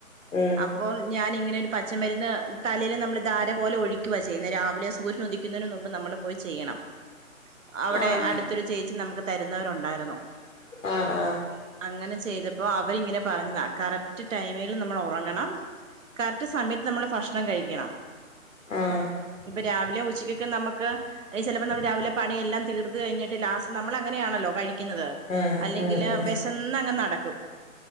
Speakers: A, on the left; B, on the right.
A: ഉം
B: അപ്പോ ഞാൻ ഇങ്ങനെരു പച്ചമരുന്ന് തലയിൽ നമ്മൾ ധാര പോലെ ഒഴിക്കുക ചെയ്യുന്നത് രാവിലെ സൂര്യന ഉദിക്കുന്നതിനന് മുമ്പ് നമ്മൾ പോയി ചെയ്യണം അവിടെ
A: ആഹ്
B: അടുത്തൊരു ചേച്ചി നമുക്ക് തരുന്നവരുണ്ടായിരുന്നു
A: ആഹ്
B: അങ്ങനെ ചെയ്തപ്പോ അവരിങ്ങനെ പറഞ്ഞത കറക്റ്റ് ടൈമിൽ നമ്മൾ ഉറങ്ങണം കറക്റ്റ് സമയത്ത് നമ്മള് ഭക്ഷണം കഴിക്കണം
A: ആഹ്
B: ഇപ്പൊ രാവിലെ ഉച്ചക്കൊക്കെ നമ്മക്ക് രാവിലെ പണിയെല്ലാം തീർത്ത് കഴിഞ്ഞിട്ട് ലാസ് നമ്മൾ അങ്ങനെയാണല്ലോ കഴിക്കുന്നത്
A: ഉം
B: അല്ലെങ്കിൽ
A: ഉം ഉം
B: വിഷ ശന്നങ്ങനെ നടക്കും